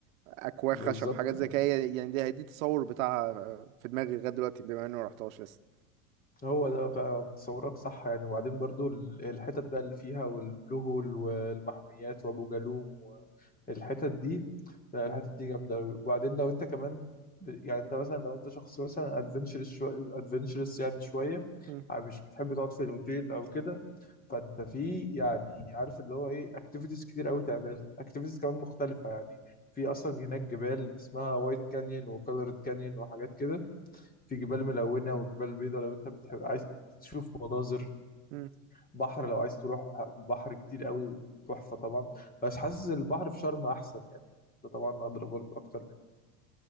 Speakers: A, on the right; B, on the left.
A: اكواخ
B: بالظبط
A: خشب حاجات زي كده هي- يعني دي دي التصور بتاعها في دماغي لغايه دلوقتي بما اني ما رحتهاش لسه
B: هو ده فعلا تصورك صح يعني وبعدين برضو ال- الحتت بقى اللي فيها والبلو هول والمحميات وابو جالوم والحتت دي لا الحتت
A: مم.
B: دي جامده قوي وبعدين لو انت كمان ب- يعني انت مثلا لو انت شخص مثلا ادفنتشرس شويه ادفنتشرس يعني شويه
A: مم.
B: مش بتحب تقعد في الاوتيل او كده فانت في يعني عارف اللي هو ايه اكتيفيتيز كتير قوي تعمل اكتيفيتيز كمان مختلفه يعني في اصلا هناك جبال اسمها وايت كانيون وكولورد كانيون وحاجات كده في جبال
A: مم.
B: ملونة وجبال بيضاء لو انت بتحب عايز تشوف مناظر
A: مم.
B: بحر لو عايز تروح بحر كتير قوي تحفة طبعا بس حاسس البحر في شرم أحسن يعني ده طبعا أدرى برضه أكتر منه